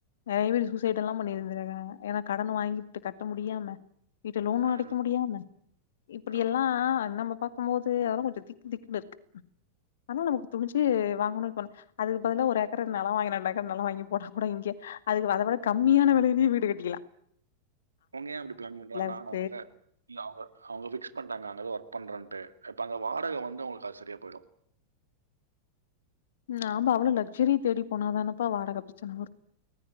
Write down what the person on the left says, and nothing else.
நெறைய பேர் சூசைட் எல்லா பண்ணிருந்திருக்காங்க எனக் கடன வாங்கிட்டு கட்ட முடியாம வீட்டு லோனு
அடைக்க முடியாம இப்படி
எல்லா நம்ப ப பாக்கும் போது அதா கொஞ்சம் திக்கு திக்குன் இருக்கு ஆனா நமக்கு துணிஞ்சி வாங்கணும் போன அதுக்கு பதிலா ஒரு ஏக்கர் நெலம் வாங்கி ரெண்டு ஏக்கர் நெலம் வாங்கி போடலா கூட இங்கே அதுக்கு அத விட கம்மியான வெலையிலயே வீடு கட்டிக்கிலா
வித்து
நாம அவ்ளோ லக்சூரி தேடி போனாதானப்பா வாடக பிரச்சன வரு